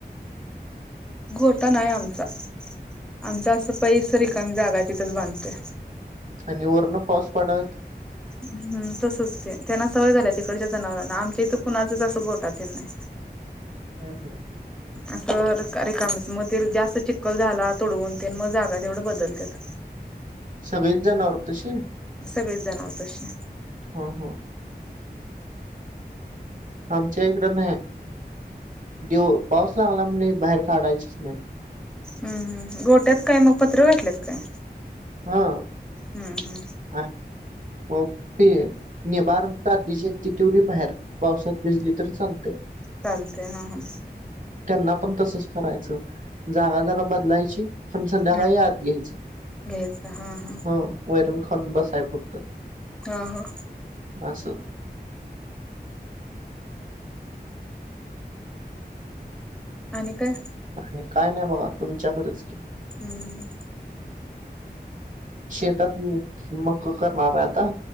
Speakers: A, in the centre; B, on the right.
A: गोटा नाही आमचा. आमचा ऐसपैस रिकामी जागा आहे, तिथंच बांधतोय.
B: आणि वरण पाऊस पडा
A: हम्म, तसच ते. त्यांना सवय झाल्या. तिकडच्या जनावरांना आमच्या इथं कुणाचच असं गोठा तेन नाही.
B: हम हम.
A: अख्ख रिका रेिकामच मग ते जास्त चिक्कल झाला तूडवून तेन मग जागा तेवढ बदलत्यात.
B: सगळीच जनावर तशी.
A: सगळेच जनावर तशी.
B: हा हा. आमच्या इकड नाही. दिव पाऊस लागला कणी बाहेर काढायचीच नाही.
A: हम् हम. गोट्यात काय मग पत्र घातल्यात काय?
B: हा.
A: हम्म हम्म.
B: हा म ते निभार जातीची ती तेवढी बाहेर. पावसात भिजली तरी चालते.
A: चालतय हा हा
B: त्यांना पण तसच करायचं जागा जरा बदलायची. पण संध्याकाळी
A: हा
B: यात घ्यायचं.
A: घ्यायचं हा हा
B: ह वैरण खाऊन बसाय पुरतं.
A: हा हा.
B: असं.
A: आणि काय?
B: आणि काय नाही बघा तुमच्याकडच की.
A: हम् हम्म.
B: शेतात मक करणार आहे आता.